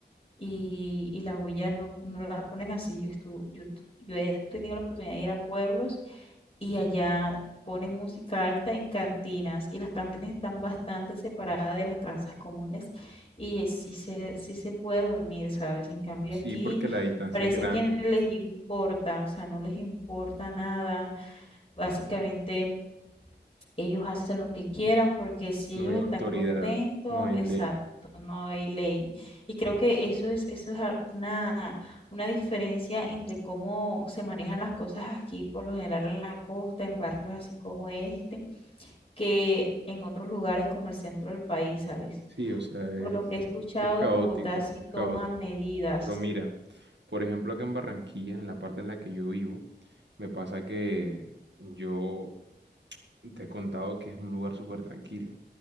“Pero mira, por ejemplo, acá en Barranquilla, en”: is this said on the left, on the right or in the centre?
Right